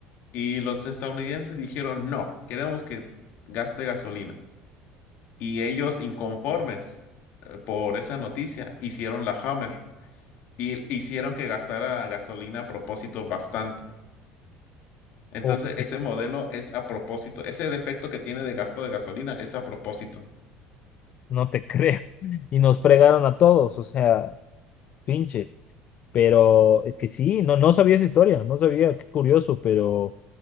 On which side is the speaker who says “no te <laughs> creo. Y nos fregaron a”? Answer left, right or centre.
Left